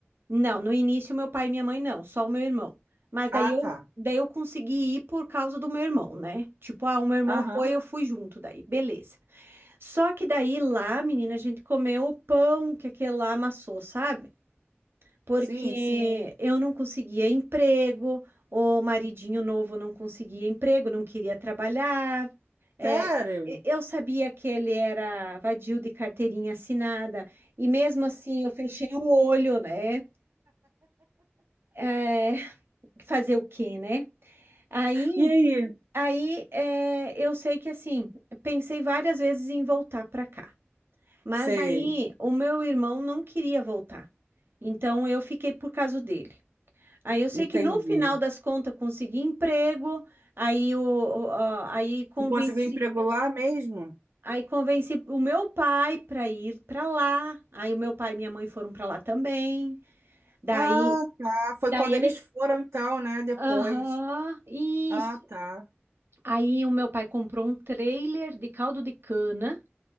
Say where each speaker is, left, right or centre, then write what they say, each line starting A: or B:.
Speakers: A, on the right; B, on the right.
A: Não, no início meu pai e minha mãe não, só o meu irmão. Mas daí
B: Ah,
A: eu,
B: tá.
A: daí eu consegui ir por causa do meu irmão, né? Tipo, ah, o meu irmão
B: Aham.
A: foi, eu fui junto daí, beleza. Só que daí lá, menina, a gente comeu o pão que aquele lá amassou, sabe? porque
B: Sim, sim.
A: eu não conseguia emprego, o maridinho novo não conseguia emprego, não queria trabalhar. É,
B: Sério?
A: e- eu sabia que ele era vadio de carteirinha assinada, e mesmo assim eu fechei o olho, né? É, fazer o quê, né? Aí,
B: E aí?
A: aí é, eu sei que assim, pensei várias vezes em voltar para cá, mas
B: Sei,
A: daí o meu irmão não queria voltar, então eu fiquei por causa dele. Aí eu sei
B: entendi.
A: que no final das contas consegui emprego, aí, o, o- a- aí convenci,
B: E conseguiu emprego lá mesmo?
A: aí convenci o meu pai para ir para lá. Aí o meu pai e minha mãe foram para lá também. Daí,
B: Ah, tá. Foi
A: daí
B: quando
A: ele,
B: eles foram, então, né? Depois.
A: aham, isso.
B: Ah, tá.
A: Aí o meu pai comprou um trailer de caldo de cana